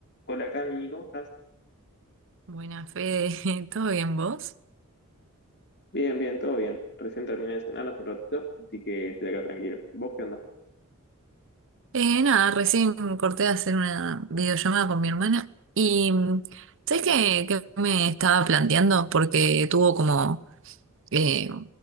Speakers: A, on the left; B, on the right.
A: Hola Cami, ¿cómo estás?
B: Buena fe, <laughs> ¿todo bien vos?
A: Bien, bien, todo bien. Recién terminé de cenar hace un ratito, así que estoy acá tranquilo. ¿Vos qué onda?
B: Eh, nada, recién corté de hacer una videollamada con mi hermana y mm, ¿sabés qué, qué me estaba planteando? Porque tuvo como eh,